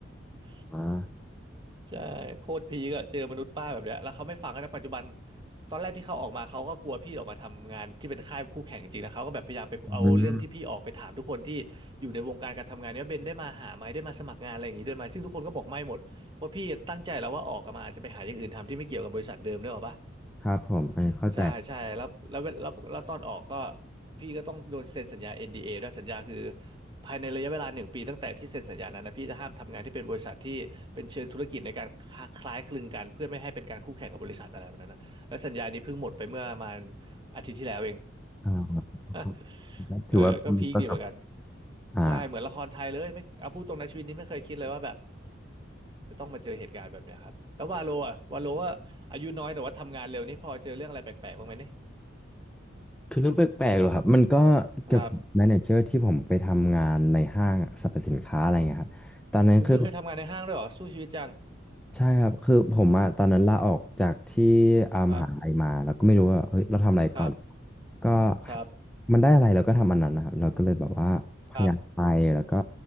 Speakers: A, on the right; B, in the centre.
A: <laughs>
B: อ่า
A: ใช่โคตรพีก็เจอมนุษย์ป้าแบบเนี้ยแล้วเขาไม่ฟังนะปัจจุบันตอนแรกที่เขาออกมาเขาก็กลัวพี่ออกมาทำงานที่เป็นค่ายคู่แข่งจริงๆนะเขาก็แบบพยายามไปเอาเรื่องที่พี่ออกไปถามทุกคนที่อยู่ในวงการการทำงานเนี้ยเบนได้มาหาไหมได้มาสมัครงานอะไรอย่างงี้ด้วยไหมซึ่งทุกคนก็บอกไม่หมดเพราะพี่ตั้งใจแล้วว่าออกมาจะไปหาอย่างอื่นทำที่ไม่เกี่ยวกับบริษัทเดิมด้วยหรอปะ
B: อืมครับผมอันนี้เข้าใจ
A: ใช่ใช่แล้วแล้วแล้วแล้วตอนออกก็พี่ก็ต้องโดนเซ็นสัญญา NDA ดเอด้วยสัญญาคือภายในระยะเวลาหนึ่งปีตั้งแต่ที่เซ็นสัญญานั้นนะพี่จะห้ามทำงานที่เป็นบริษัทที่เป็นเชิงธุรกิจในการคล้าคล้ายคลึงกันเพื่อไม่ให้เป็นการคู่แข่งกับบริษัทอะไรแบบนั้นนะและสัญญานี้เพิ่งหมดไปเมื่อประมาณอาทิตย์ที่แล้วเอง
B: อ่า
A: <laughs>
B: ถือว่ามีประสบ
A: เออก็พีคดีเหมือนกัน
B: อ่า
A: ใช่เหมือนละครไทยเลยไม่เอาพูดตรงในะชีวิตนี้ไม่เคยคิดเลยว่าแบบจะต้องมาเจอเหตุการณ์แบบเนี้ยครับแล้ววาโลอ่ะวาโลก็อายุน้อยแต่ว่าทำงานเร็วนี่พอเจอเรื่องอะไรแปลกๆบ้างไหม
B: คือเรื่องแปลกๆเหรอครับมันก็เกี่ยวกับแมเนเจอร์ที่ผมไปทำงานในห้างสรรพสินค้าอะไรเงี้ยครับตอนนั้นคือ
A: ครับอุ้ยเคยทำงานในห้างด้วยเหรอสู้ชีวิตจัง
B: ใช่ครับคือผมอะตอนนั้นลาออกจากที่อามหาลัยมาแล้วก็ไม่รู้ว่าเฮ้ยเราทำอะไรก่อน
A: ครับครับ
B: ก็
A: ครับ
B: มันได้อะไรเราก็ทำอันนั้นนะครับเราก็เลยแบบว่าพยายามไปแล้วก็
A: ครับ